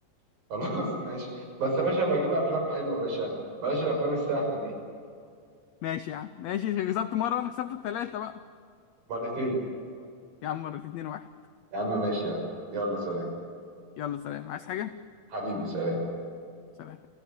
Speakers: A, on the right (about 80°); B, on the left (about 85°).
A: <laughs> خلاص ماشي بس يا باشا بجيب افلام حلوه يا باشا بلاش الافلام السهله دي
B: ماشي يا عم ماشي كسبت مره وانا كسبت ثلاثه بقى
A: مرتين
B: يا عم مرة اتنين واحد
A: يا عم ماشي يا عم يلا سلام
B: يلا سلام عايز حاجه
A: حبيبي سلام
B: سلام